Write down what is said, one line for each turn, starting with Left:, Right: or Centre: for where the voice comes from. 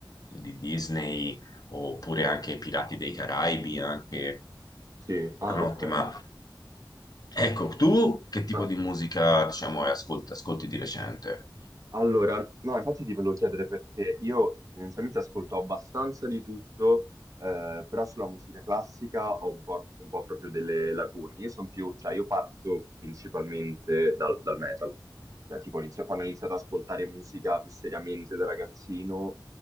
Left: di Disney oppure anche Pirati
Right: mhm.
Left: dei Caraibi, anche
Right: Sì, ah,
Left: è un'ottima.
Right: ok.
Left: Ecco, tu che tipo
Right: Ma-
Left: di musica, diciamo, hai ascolt- ascolti di recente?
Right: Allora, no, infatti ti volevo chiedere perché io tendenzialmente ascolto abbastanza di tutto, eh, però sulla musica classica ho un po', un po' proprio delle lacune. Io sono più, cioè io parto principalmente dal, dal metal. Cioè, tipo inizio- quando ho iniziato ad ascoltare musica più seriamente da ragazzino,